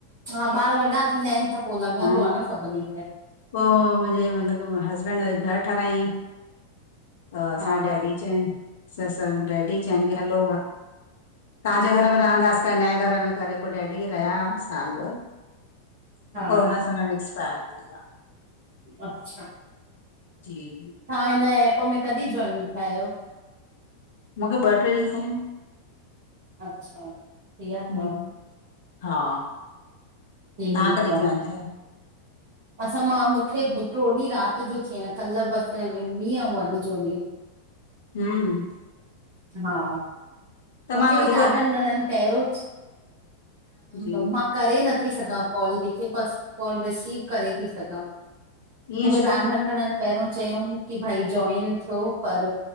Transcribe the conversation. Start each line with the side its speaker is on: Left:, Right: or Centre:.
Right: हा ॿार वॾा थींदा आहिन त पो लॻंदो
Left: हा
Right: आ न सभिन खे।
Left: पो मुंजे मतलब हसबैंड वरी घर ठारायंई। त असांज
Right: हा
Left: डैडी चंअन त डैडी चयन कि हलो तव्हांजे घर में रहंदास त पो नये घर में करे पो डैडी रहिया साल-ॿ
Right: हा
Left: उ कोरोना समय एक्सपायर थी व्या।
Right: अच्छा!
Left: जी
Right: तां हिन एप में कॾहिं जॉइन थिया आयो?
Left: मूंखे ॿ ट्रे ॾींहं थिया आहिन।
Right: अच्छा इं अथव
Left: हम्म,
Right: --
Left: हा।
Right: ठीकु
Left: तव्हां कॾहिं
Right: आहे
Left: जाइन थिया?
Right: असां मां मूंखे टयो ॾींहुं रात जो थि आयां, कल बसि ॾींहुं ऐं अॼु जो ॾींहुं।
Left: हम्म --
Right: हा --
Left: त
Right: मूंखे
Left: मां वधीक
Right: बि ॾाढा ॼंणन पहिरियों,
Left: जी
Right: पर मां करे नथी सघां। कॉल कंहिंखे, बस कॉल रिसीव करे थी सघां,
Left: ईअं
Right: मूंखे
Left: छो
Right: ॾाडन ॼंणन पहिरियों चयंउं कि भई जॉइन थियो, पर